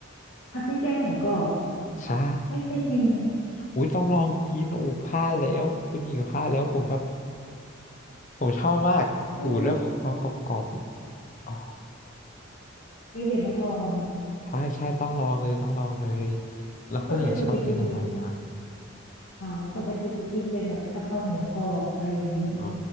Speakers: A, on the left; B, on the left.
A: ผัดพริกแกงหมูกรอบ
B: ใช่
A: ไม่เคยกิน
B: อุ้ยต้องลองกินอูพลาดแล้วคุณหญิงพลาดแล้วผมแบบผมชอบมากอูเรื่องความกรอบๆอ๋อ
A: เฮ้ยเฮ้ยเดี๋ยวต้องลอง
B: ใช่ใช่ต้องลองเลยต้องลองเลยแล้วคุณหญิงชอบกินอะไรนะ
A: ปกติจะกินเป็นอ่าปกติจะกินเป็นแบบกะเพราหมูกรอบอะไรอย่างนี้
B: อ๋อ